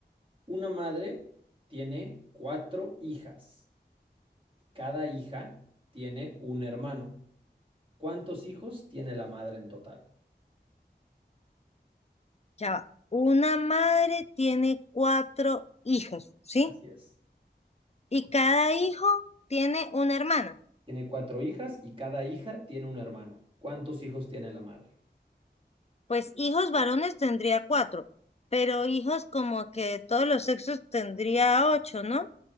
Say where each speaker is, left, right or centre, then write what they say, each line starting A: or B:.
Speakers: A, on the right; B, on the left.
A: Una madre tiene cuatro hijas. Cada hija tiene un hermano. ¿Cuántos hijos tiene la madre en total?
B: Ya va. Una madre tiene cuatro hijos, ¿sí?
A: Así es.
B: Y cada hijo tiene una hermana.
A: Tiene cuatro hijas y cada hija tiene un hermano. ¿Cuántos hijos tiene la madre?
B: Pues hijos varones tendría cuatro, pero hijos como que de todos los sexos tendría ocho, ¿no?